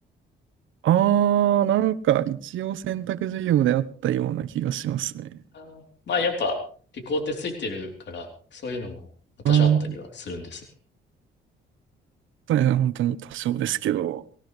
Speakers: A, on the right; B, on the left.
A: ああ、なんか一応選択授業であったような気がしますね。
B: あーまあやっぱ、理工ってついてるから、そういうのも私はあったりはするんですね。
A: ああ、そうですね本当に多少ですけど。